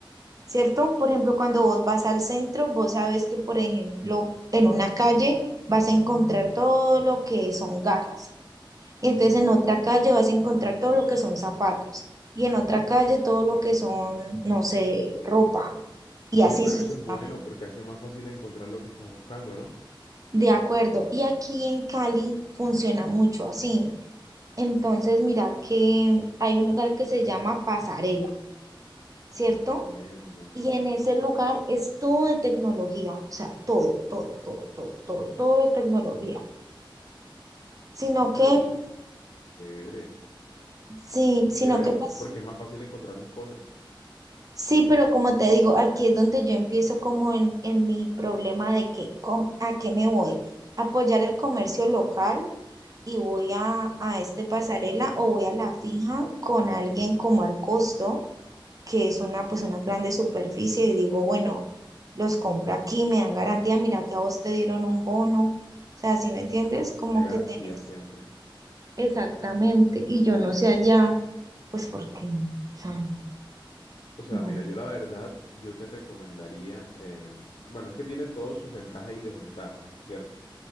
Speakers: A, on the right; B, on the left.
A: ¿cierto? Por ejemplo, cuando vos vas al centro, vos sabes que, por ejemplo, en una calle vas a encontrar todo lo que son gafas. Y entonces
B: Entiendo.
A: en otra calle vas a encontrar todo lo que son zapatos. Y en otra calle todo lo que son, no sé, ropa. Y
B: Oye,
A: así
B: pero
A: sucesivamente.
B: eso es bueno porque hace más fácil encontrar lo que estás buscando, ¿no?
A: De acuerdo, y aquí en Cali funciona mucho así. Entonces, mira que hay un lugar que se llama Pasarela, ¿cierto?
B: Entiendo.
A: Y en ese lugar es todo de tecnología, o sea, todo, todo, todo, todo, todo, todo de tecnología. Sino
B: Oye, pero
A: que,
B: chévere.
A: sí, sino
B: Chévere,
A: que
B: ¿no?
A: pues
B: Porque es más fácil encontrar las cosas.
A: Sí, pero como te digo, aquí es donde yo empiezo como en, en mi problema de que com- a qué me voy, apoyar el comercio local y voy a, a este pasarela o voy a la fija con alguien como al costo, que es una pues una grande superficie y digo, bueno, los compro aquí, me dan garantía, mira que a vos te dieron un bono, o sea, sí me entiendes? Como
B: Hay garantía
A: que tenés
B: siempre.
A: exactamente y yo no sé allá, pues porque, o sea,
B: O sea,
A: no
B: mira, yo la verdad, yo te recomendaría, em, bueno, es que tiene todas sus ventajas y desventajas, por cierto.